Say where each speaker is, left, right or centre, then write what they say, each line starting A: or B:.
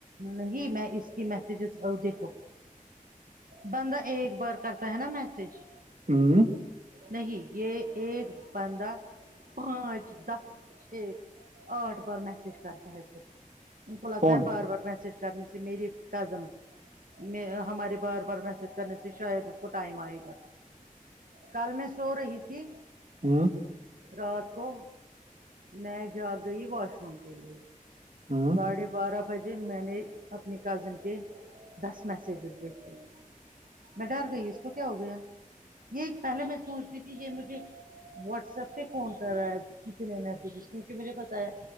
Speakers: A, on the right; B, on the right.
A: نہیں میں اس کی میسجز اور دیکھو بندہ ایک بار کرتا ہے نا میسج
B: وں
A: نہیں یہ ایک بندہ پانچ دس چھ آٹھ بار میسج کرتا ہے پھر ان کو لگتا
B: کون
A: ہے بار بار میسج کرنے سے میری کزنس میں ہمارے بار بار میسج کرنے سے شاید اس کو ٹائم آئے گا کل میں سو رہی تھی
B: ہوں
A: رات کو میں جاگ گئی واش روم کے لیے
B: ہوں
A: ساڑھے بارہ بجے میں نے اپنی کزن کے دس میسجز دیکھے میں ڈر گئی اس کو کیا ہو گیا یہ پہلے میں سوچتی تھی یہ مجھے واٹس ایپ پہ فون کر رہا ہے کتنے میسجز کیونکہ مجھے پتا ہے